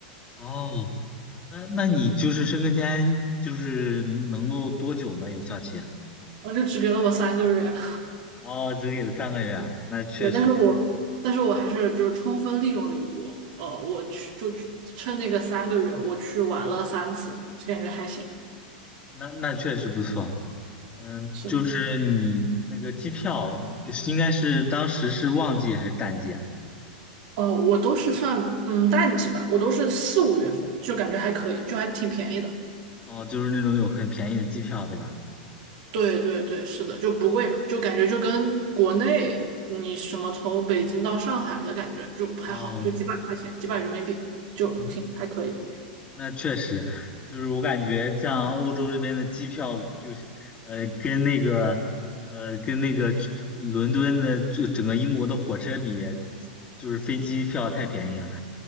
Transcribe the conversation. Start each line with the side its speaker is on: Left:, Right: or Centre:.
Left: 哦，那那你就是申根签就是能够多久呢？有效期啊？
Right: 后就只给了我三个月，<laughs>
Left: 哦，只给了三个月啊，那确实，
Right: 对，但是我但是我还是就是充分利用了一波，呃，我去就去趁那个三个月，我去玩了三次，就感觉还行，
Left: 那那确实不错。嗯，
Right: 是的。
Left: 就是你那个机票是应该是当时是旺季还是淡季啊？
Right: 哦，我都是算嗯淡季吧，我都是四五月份，就感觉还可以，就还挺便宜的。
Left: 哦，就是那种有很便宜的机票，对吧？
Right: 对对对，是的，就不贵吧，就感觉就跟国内你什么从北京到上海的感觉就还好，
Left: 哦，
Right: 就几百块钱，几百人民币就挺还可以。
Left: 嗯，那确实，就是我感觉像欧洲这边的机票，就是呃，跟那个呃，跟那个去伦敦的就整个英国的火车比，就是飞机票太便宜了。